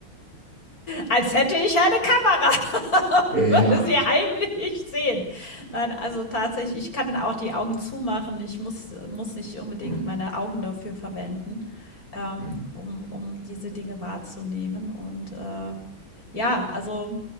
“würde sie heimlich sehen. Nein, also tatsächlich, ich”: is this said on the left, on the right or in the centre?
Left